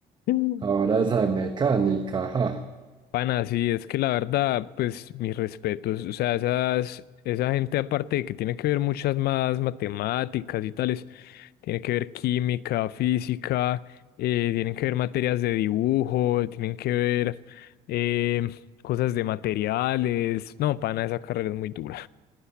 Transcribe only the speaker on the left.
<laughs>
Pana, sí, es que la verdad, pues mis respetos, o sea, esas, esa gente aparte de que tiene que ver muchas más matemáticas y tales, tiene que ver química, física, eh, tienen que ver materias de dibujo, tienen que ver eh, cosas de materiales, no, pana, esa carrera es muy dura.